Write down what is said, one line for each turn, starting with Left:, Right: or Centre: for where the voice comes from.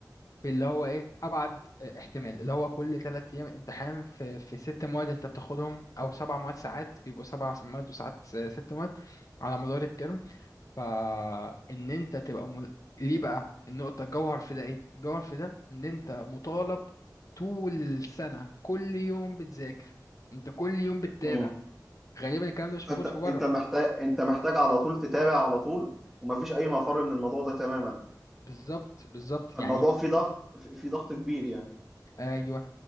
Left: في اللي هو ايه ابعد آه، احتمال اللي هو كل ثلاث ايام امتحان في في ست مواد انت بتاخدهم او سبع مواد ساعات بيبقوا سبع مواد وساعات س- ست مواد على مدار الترم فان انت تبقى مل... ليه بقى النقطة الجوهر في ده ايه الجوهر في ده ان انت مطالب طول السنة كل يوم بتذاكر انت كل يوم بتتابع
Centre: مم.
Left: غالبا الكلام ده مش
Centre: فانت
Left: موجود في بره
Centre: انت محتاج انت محتاج على طول تتابع على طول ومفيش اي مفر من الموضوع ده تماما
Left: بالظبط بالظبط
Centre: فالموضوع
Left: يعني
Centre: فيه ضغط في في ضغط كبير يعني
Left: آه،